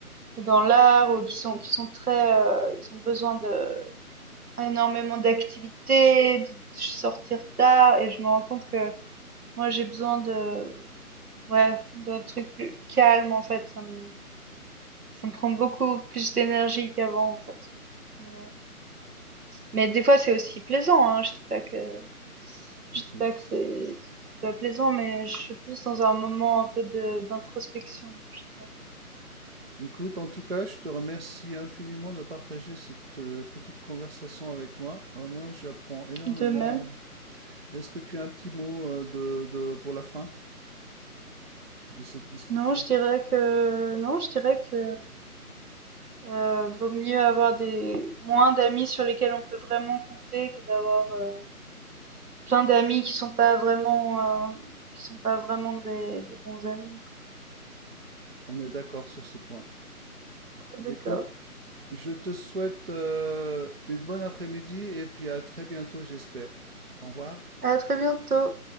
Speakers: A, on the right; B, on the right.
A: ou dans l'art, ou qui sont qui sont très heu, ils ont besoin de énormément d'activités, de sortir tard et je me rends compte que moi j'ai besoin de ouais, d'un truc plus calme en fait, ça me ça me prend beaucoup plus d'énergie qu'avant en fait. Mais mais des fois c'est aussi plaisant, hein, je dis pas que Je
B: Mm,
A: dis
B: mm.
A: pas que c'est c'est pas plaisant, mais je suis plus dans un moment un peu de d'introspection, je dirais.
B: Écoute, en tout cas, je te remercie infiniment de partager cette euh, petite conversation avec moi. Euh, moi, j'apprends énormément.
A: De même.
B: Est-ce que tu as un petit mot euh, de, de- pour la fin de cette discussion?
A: Non, je dirais que non, je dirais que euh, vaut mieux avoir des moins d'amis sur lesquels on peut vraiment compter que d'avoir euh, plein d'amis qui sont pas vraiment euh, qui sont pas vraiment des, des bons amis, quoi.
B: On est d'accord sur ce point.
A: D'accord.
B: Écoute, je te souhaite euh, une bonne après-midi et puis à très bientôt, j'espère. Au revoir.
A: À très bientôt.